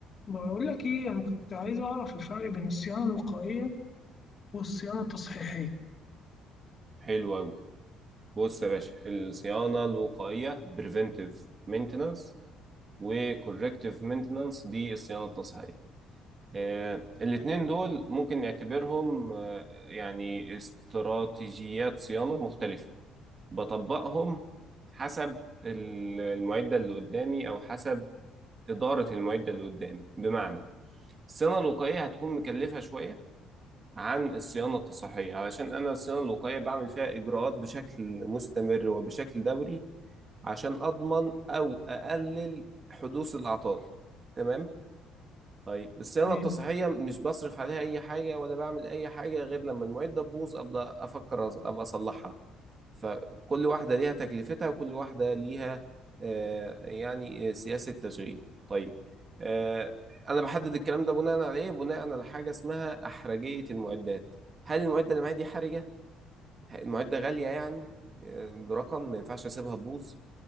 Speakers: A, on the left (about 35°); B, on the right (about 30°).
A: بقول لك ايه انا كنت عايز اعرف الفرق بين الصيانه الوقائيه والصيانه التصحيحيه
B: حلو أوي بص يا باشا الصيانة الوقائية preventive maintenance و corrective maintenance دي الصيانة التصحيحية آه، الاتنين دول ممكن نعتبرهم آه، يعني استراتيجيات صيانة مختلفة بطبقهم حسب ال- المعدة اللي قدامي أو حسب إدارة المعدة اللي قدامي بمعنى الصيانة الوقائية هتكون مكلفة شوية عن الصيانة التصحيحية علشان أنا الصيانة الوقائية بعمل فيها إجراءات بشكل مستمر وبشكل دوري عشان أضمن أو أقلل حدوث الأعطال تمام طيب الصيانة
A: تمام
B: التصحيحية مش بصرف عليها أي حاجة ولا بعمل أي حاجة غير لما المعدة تبوظ أبدأ أفكر أز- أبقى أصلحها فكل واحدة ليها تكلفتها وكل واحدة ليها آه، يعني آه، سياسة تشغيل طيب آه، أنا بحدد الكلام ده بناء على إيه؟ بناء على حاجة اسمها أحرجية المعدات هل المعدة اللي معايا دي حرجة؟ المعدة غالية يعني آه، برقم ما ينفعش أسيبها تبوظ